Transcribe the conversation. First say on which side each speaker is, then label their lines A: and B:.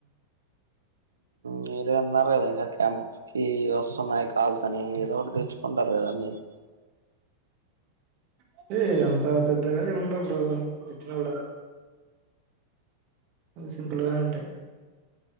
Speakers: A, on the right; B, on the right.
A: మీరు అన్నార గదా ఇక క్యాంప్స్ కి వస్తున్నాయి కాల్స అని ఏదో ఒకటి తెచ్చుకుంటారు కదా మీరు
B: అంటే అంత పెద్దగా ఏం ఉండవ్ బ్రో పెట్టిన కూడా సింపుల్ గానే ఉంటాయి